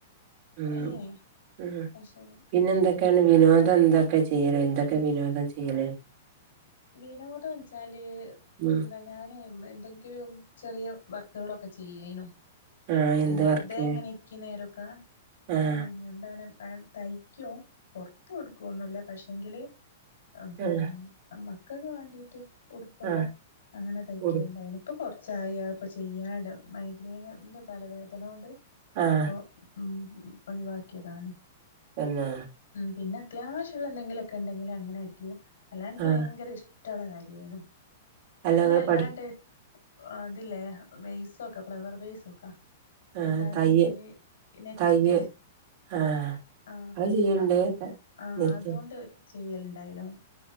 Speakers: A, on the right; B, on the left.
A: മ്
B: ഏഹ്
A: മ്
B: അത് ശരി
A: പിന്നെ എന്തൊ ക്കെയാണ് വിനോദം എന്തൊക്കെ ചെയ്യല് എന്തൊക്കെ വിനോദം ചെയ്യല്
B: വിനോദ വെച്ചാല്
A: ഉം
B: എന്താ ഞാന് എന്തെങ്കിലും ചെറിയ വർക്കുകളൊക്കെ ചെയ്യേനും
A: ആഹ്
B: പിന്നെ
A: എന്ത്
B: വെറുതെ
A: വർക്ക്
B: എങ്ങനെ ഇരിക്കുന്നേരൊക്ക
A: ആഹ്
B: മ് എന്താനം ഞാൻ തയ്ക്കൂ പോർത്തു കൊടുക്കോന്നുല്ല പക്ഷെങ്കില് പിന്നെ
A: ആഹ്
B: മക്കക്ക് വേണ്ടിട്ട് ഉടുപ്പൊക്ക
A: ആഹ്
B: അങ്ങനെ തയ്ക്കലുണ്ടായിനി
A: കൂടു
B: ഇപ്പൊ കൊർ ച്ചായി അപ്പൊ ചെയ്യാണ്ട് മൈഗ്രൈനിന്റെ തലവേദന കൊണ്ട്
A: ആഹ്
B: അപ്പൊ ഉം ഒഴിവാക്കിയതാണ്.
A: തന്നെ
B: പിന്ന അത്യാവശ്യള്ള എന്തെങ്കിലൊക്കെ ഇണ്ടെങ്കില് അങ്ങനെ അടിക്കും. അല്ലാണ്ട് ക്കി
A: ആഹ്
B: വയ്ങ്കര ഇഷ് ട്ടള്ള കാര്യേനും
A: അല്ല
B: പിന്ന
A: ഇങ്ങള്
B: അല്ലാണ്ട്
A: പഠി
B: അതില്ലേ വേയ്സൊക്ക ഫ്ലവർ വെയ്സൊക്കാ
A: ആഹ്
B: എന്താണ്
A: തയ്യ
B: ഈ നെറ്റിന്റെ
A: തയ്യ ആഹ്
B: ആഹ്
A: അത് ചെയ്യണ്ട്
B: അതോണ്ട് ആഹ്
A: നെറ്റ്
B: അതോണ്ട് ചെയ്യല്ണ്ടായിനു.